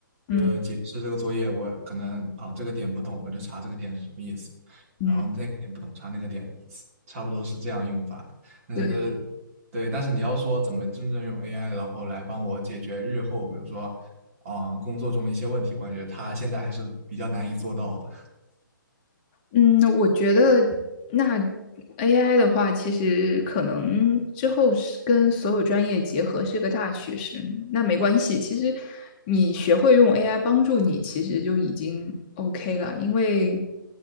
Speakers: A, on the left (about 25°); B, on the right (about 40°).
A: 嗯
B: 就是解释这个作业，我可能啊这个点不懂，我就查这个点是什么意思，
A: 嗯，
B: 然后那个点不懂，查那个点的意思，差不多是这样用法的。但是
A: 对。
B: 对，但是你要说怎么真正用 AI，然后来帮我解决日后，比如说，啊工作中的一些问题，我感觉它现在还是比较难以做到的。
A: 嗯，我觉得那 AI 的话，其实可能之后是跟所有专业结合是个大趋势。那没关系，其实你学会用 AI 帮助你，其实就已经 OK 了。因为，